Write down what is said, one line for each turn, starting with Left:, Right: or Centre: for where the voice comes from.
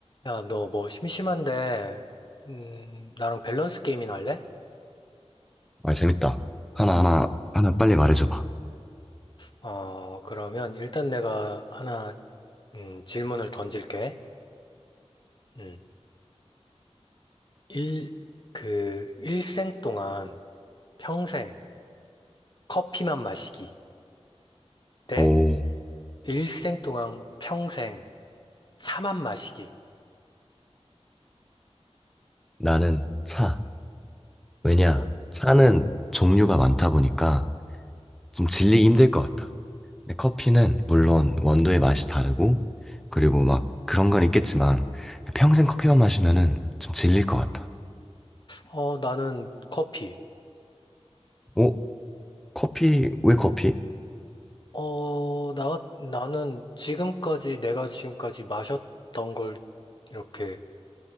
Left: 야, 너 뭐 심심한데, 음, 나랑 밸런스 게임이나 할래?
Centre: 아, 재밌다. 하나하나, 하나 하나 빨리 말해줘봐.
Left: 어, 그러면 일단 내가 하나, 음, 질문을 던질게. 음, 일, 그, 일생 동안 평생 커피만 마시기 대
Centre: 오,
Left: 일생 동안 평생 차만 마시기.
Centre: 나는 차. 왜냐,
Left: 어,
Centre: 차는
Left: 음,
Centre: 종류가 많다 보니까 좀 질리기 힘들 것 같다. 근데 커피는 물론 원두의 맛이 다르고, 그리고 막 그런 건 있겠지만, 평생 커피만 마시면은 좀 질릴 것 같다.
Left: 어, 나는 커피.
Centre: 오, 커피, 왜 커피?
Left: 어, 나, 나는 지금까지, 내가 지금까지 마셨던 걸 이렇게